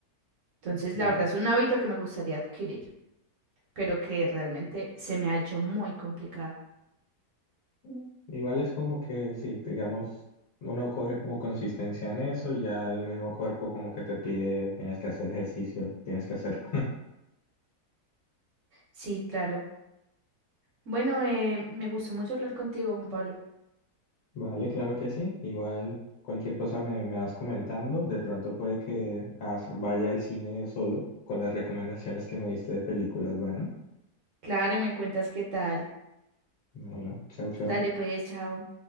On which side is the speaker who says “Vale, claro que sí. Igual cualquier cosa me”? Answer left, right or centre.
Left